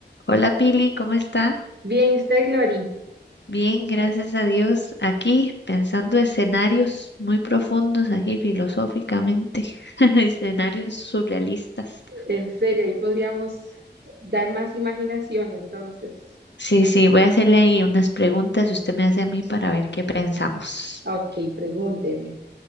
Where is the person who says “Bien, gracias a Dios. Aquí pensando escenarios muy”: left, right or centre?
Left